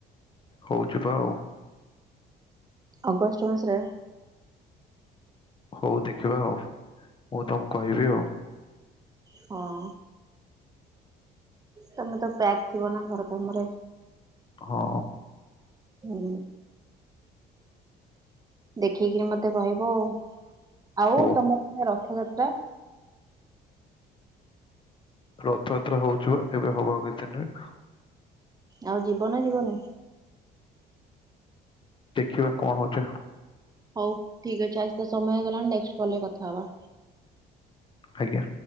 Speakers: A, on the left; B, on the right.
A: ହଉ ଯିବା ଆଉ।
B: ଅଗଷ୍ଟ ମାସରେ
A: ହଉ ଦେଖିବା ଆଉ ମୁଁ ତମକୁ କହିବି ଆଉ।
B: ହଁ। ତମେ ତ ପ୍ୟାକ୍ ଥିବ ନା ଘର କାମରେ।
A: ହଁ।
B: ହୁଁ। ଦେଖିକିରି ମତେ କହିବ ଆଉ। ଆଉ
A: ହଉ
B: ତମର ସେ ରଥଯାତ୍ରା
A: ରଥଯାତ୍ରା ହଉଛି ବା ଏବେ ହବ ଆଉ କିଛି ଦିନରେ।
B: ଆଉ ଯିବ ନା ଯିବନି?
A: ଦେଖିବା କଣ ହଉଛି ଆଉ।
B: ହଉ ଠିକ ଅଛି, ଆଜି ତ ସମୟ ହେଇଗଲାଣି ନେକ୍ସଟ କଲ୍ ରେ କଥା ହବା।
A: ଆଜ୍ଞା।